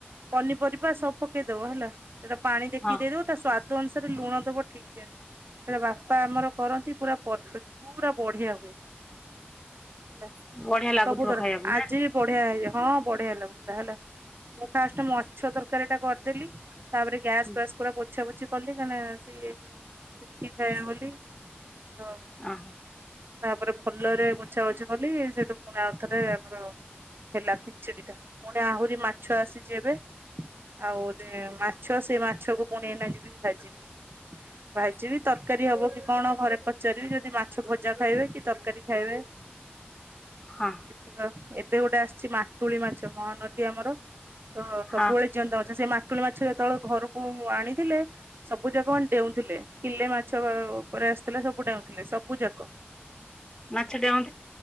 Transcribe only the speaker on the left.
ହଁ
ବଢିଆ ଲାଗୁଥିବ
ଖାଇବାକୁ
ନା
ହୁଁ
ଓ ହୋ।
ହଁ।
ହଁ
ମାଛ ଡେଉଁ